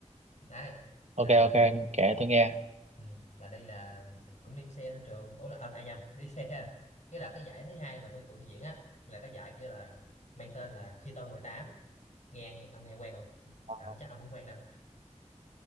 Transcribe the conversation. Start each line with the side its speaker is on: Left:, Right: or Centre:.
Left: đây là
Right: ok ok kể tôi nghe
Left: ừ. là đi là cũng đi xe lên trường ủa là anh ai nhầm đi xe cái đợt cái giải thứ hai mà tôi tụi tôi diễn á là cái giải kia là mang tên là khi tôi mười tám nghe nghe ông nghe quen không
Right: Ờ,
Left: à, chắc ông không quen đâu